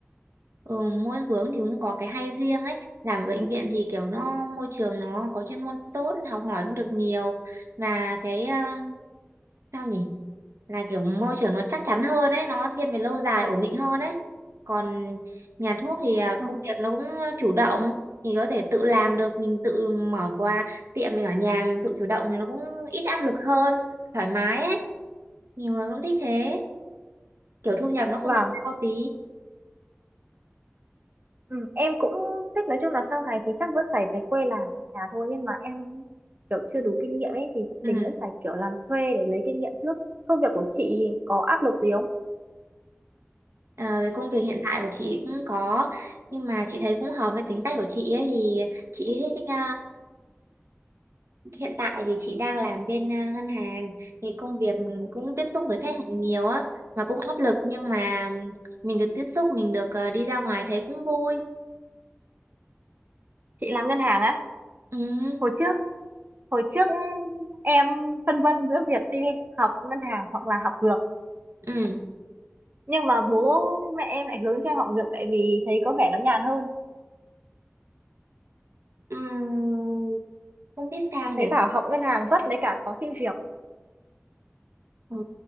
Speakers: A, on the right (about 75°); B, on the right (about 45°).
A: Ừ, mỗi hướng thì cũng có cái hay riêng ấy làm bệnh viện thì kiểu nó môi trường nó có chuyên môn tốt học hỏi cũng được nhiều và cái à, sao nhỉ là kiểu môi trường nó chắc chắn hơn ấy nó thiên về lâu dài ổn định hơn ấy còn nhà thuốc thì à,
B: Ừ.
A: công việc nó cũng chủ động thì có thể tự làm được mình tự mở qua tiệm mình ở nhà mình tự chủ động thì nó cũng ít áp lực hơn thoải mái ấy nhiều người cũng thích thế kiểu thu nhập nó không
B: Vâng,
A: được cao tí
B: ừ, em cũng thích nói chung là sau này thì chắc vẫn phải về quê làm nhà thôi nhưng mà em kiểu chưa đủ kinh nghiệm ấy thì mình
A: ừ.
B: vẫn phải kiểu làm thuê để lấy kinh nghiệm trước. Công việc của chị có áp lực gì không?
A: Ờ, cái công việc hiện tại của chị cũng có nhưng mà chị thấy cũng hợp với tính cách của chị ấy, thì chị thích ờ, hiện tại thì chị đang làm bên ờ, ngân hàng thì công việc cũng tiếp xúc với khách
B: Ừ.
A: hàng nhiều á và cũng áp lực nhưng mà mình được tiếp xúc mình được ờ, đi ra ngoài thấy cũng vui
B: chị làm ngân hàng á
A: ừ,
B: hồi trước hồi trước em phân vân giữa việc đi học ngân hàng hoặc là học dược
A: ừ,
B: nhưng mà bố mẹ em lại hướng cho em học dược tại vì thấy có vẻ nó nhàn hơn
A: ừ, không biết sao nhỉ
B: thấy bảo học ngân hàng vất lấy cả khó xin việc
A: ừ,